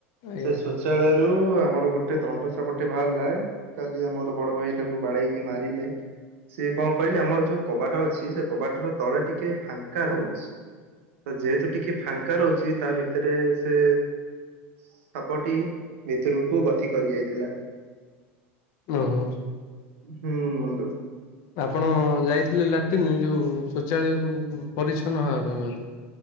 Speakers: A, on the left (about 60°); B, on the right (about 80°).
A: ଆଜ୍ଞା।
B: ସେ ଶୌଚାଳୟ ରୁ ଆମର ଗୋଟେ ଧଣ୍ଡ ସାପ ଟେ ବାହାରିଲା, କାଲି ଆମର ବଡ଼ ଭାଇ ତାକୁ ବାଡ଼େଇକି ମାରିଲେ। ସିଏ କଣ କହିଲେ ଆମର ଯୋଉ କବାଟ ଅଛି, ସେ କବାଟର ତଳେ ଟିକେ ଫାଙ୍କା ରହୁଛି। ତ ଯେହେତୁ ଟିକେ ଫାଙ୍କା ରହୁଚି, ତା ଭିତେରେ ସେ ସାପଟି ଭିତୁରକୁ ଗତି କରି ଯାଇଥିଲା।
A: ହାଲୋ।
B: ହୁଁ ବନ୍ଧୁ।
A: ଆପଣ ଯାଇଥିଲେ ଲାଟ୍ରିନ୍, ଏଯୋଉ ଶୌଚାଳୟ କୁ? ପରିଚ୍ଛନ୍ନ ହେବା ପାଇଁ ବୋଧେ